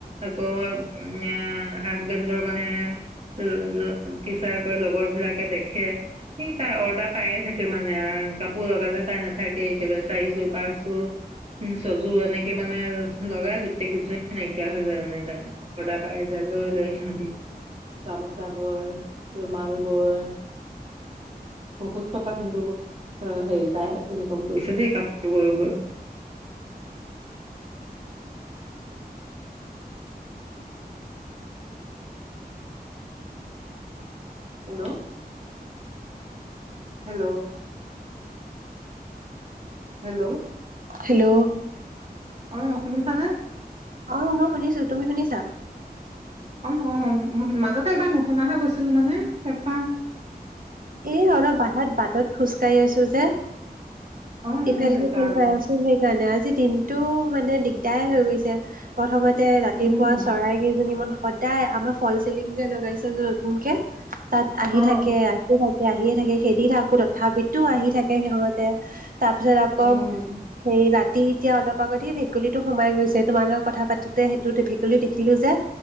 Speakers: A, on the right; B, on the right.
A: আকৌ উ হাজবেণ্ডৰ মানে উম, টিচাৰ কৰে লগৰ বিলাকে দেখে। সেই তাই অৰ্ডাৰ পায়ে থাকে মানে আৰু কাপোৰ লগালে তাই নাথাকে একেবাৰে চাৰিযোৰ, পাঁচযোৰ উ ছযোৰ এনেকে মানে লগাই গোটেইকেইযোৰ নাইকিয়া হৈ যায় মানে তাই। অৰ্দাৰ পাই যায় লৈ লয় সিহঁতি। গামোচা বয়, ৰুমাল বয়। বহুত টকা কিন্তু অ' হেৰি তাই ইনকম কৰিছে দেই কাপোৰ বয় বয়। হেল্ল'। হেল্ল'। হেল্ল'।
B: হেল্ল'।
A: অ' শুনিছানে?
B: অ' মই শুনিছো তুমি শুনিছা?
A: অ' অ' মাজতে এবাৰ নুশুনা হৈ গৈছিলো মানে তাপা
B: এ অলপ বাহাত বাটত খোজকাঢ়ি আছো যে
A: অ
B: ইফাল
A: সেইকাৰণে
B: - সিফাল হৈ আছো। সেইকাৰণে আজি দিনটো মানে দিগদাৰ এ হৈ গৈছে। প্ৰথমতে ৰাতিপুৱা
A: উম
B: চৰাই কেইজনীমান সদায় আমাৰ ফল চিলিং যে লগাইছে যে নতুনকে তাত আহি
A: অ
B: থাকে। আহি থাকে, আহিয়ে থাকে খেদি থাকো তথাপিতো আহি থাকে সিহঁতে। তাৰপিছত আকৌ
A: অ অ
B: সে ৰাতি এতিয়া অলপ আগতে ভেকুলীটো সোমাই গৈছে। তোমাৰ লগত কথা পাতোতে সেইটো ভেকুলী দেখিলো যে